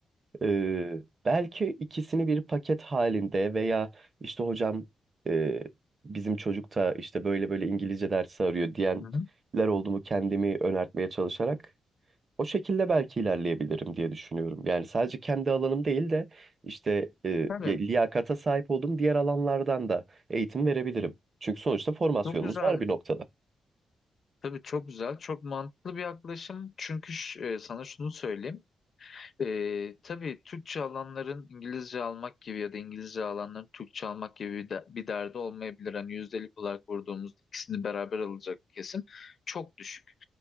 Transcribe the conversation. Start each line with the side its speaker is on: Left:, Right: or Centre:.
Right: Ee, belki ikisini bir paket halinde veya işte hocam e, bizim çocuk da işte böyle böyle İngilizce dersi arıyor diyenler
Left: Hı hı.
Right: oldu mu kendimi önertmeye çalışarak o şekilde belki ilerleyebilirim diye düşünüyorum. Yani sadece kendi alanım değil de işte e,
Left: Tabii
Right: ya- liyakata sahip olduğum diğer alanlardan da eğitim verebilirim. Çünkü sonuçta formasyonumuz
Left: çok güzel.
Right: var bir noktada.
Left: Tabii çok güzel. Çok mantıklı bir yaklaşım. Çünkü ş- e, sana şunu söyleyeyim. Ee, tabii Türkçe alanların İngilizce almak gibi ya da İngilizce alanların Türkçe almak gibi bir, de- bir derdi olmayabilir. Hani yüzdelik olarak vurduğumuz ikisini beraber alacak kesim çok düşük.